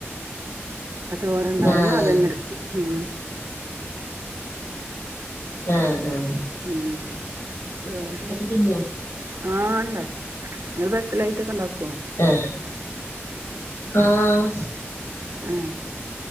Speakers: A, on the right; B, on the left.
A: അ ചോറ് ഉണ്ടാവുന്നാ
B: ആഹ്
A: അതന്നെ എടുക്കും ഉ
B: ആഹ ആഹ
A: ഉ വേറെന്ന
B: തിന്നോ
A: ആഹ് ഉണ്ടാക്കും നി അ സ്സലായിട്ടൊക്കെ ഉണ്ടാക്കുവൊ.
B: ആഹ് ആഹ്
A: ആഹ